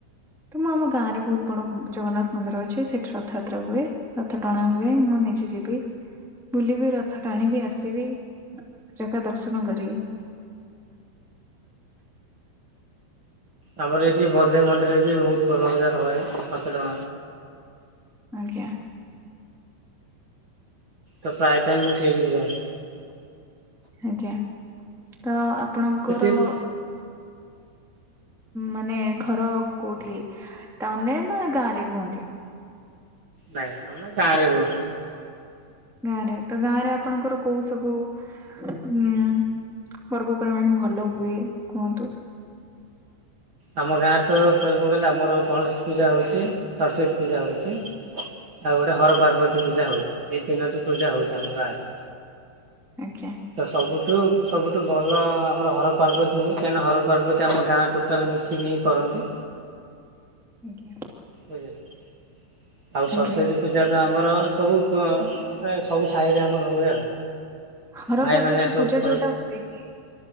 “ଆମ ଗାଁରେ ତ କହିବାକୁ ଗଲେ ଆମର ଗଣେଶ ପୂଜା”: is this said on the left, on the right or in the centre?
Right